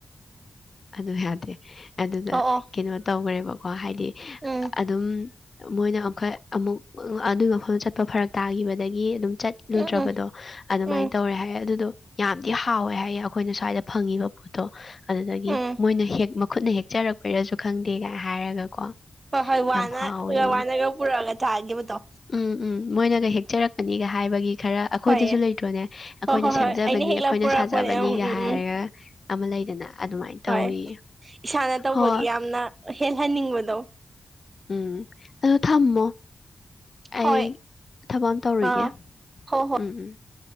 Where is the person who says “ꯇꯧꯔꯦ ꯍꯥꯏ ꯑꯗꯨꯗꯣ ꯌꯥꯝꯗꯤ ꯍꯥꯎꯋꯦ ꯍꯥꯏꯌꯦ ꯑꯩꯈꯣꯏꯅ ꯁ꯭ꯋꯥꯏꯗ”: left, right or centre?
Left